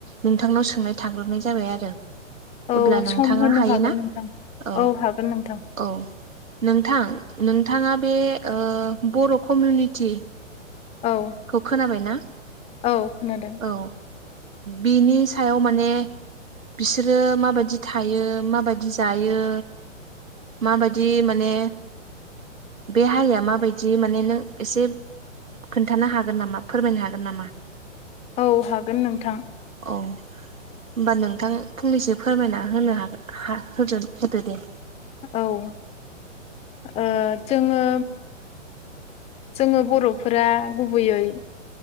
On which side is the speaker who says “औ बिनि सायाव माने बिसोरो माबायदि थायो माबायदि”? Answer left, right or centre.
Right